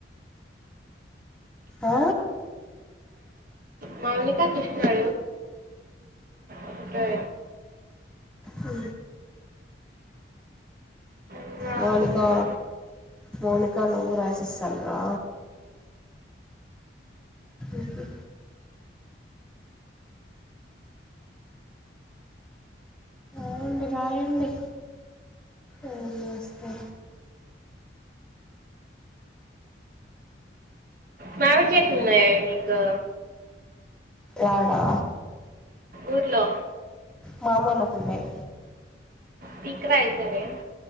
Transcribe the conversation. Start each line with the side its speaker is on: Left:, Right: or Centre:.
Centre: ఆ
Right: మౌనికా కృష్ణుడు ఓకే,
Centre: ఉ
Right: ఇంకా
Centre: మౌనికా
Right: సిక్స్త్
Centre: మౌనిక నువ్వు రాసిస్తండ్రా, ఉహు రాయండి రాయండి ఎం రాస్తా,
Right: మామిడి చెట్లు ఉన్నాయా మీకు,
Centre: ఎడా
Right: ఊర్లో
Centre: మా అమ్మోళ్లకు ఉన్నాయి,
Right: పిక్కరా ఈసారి,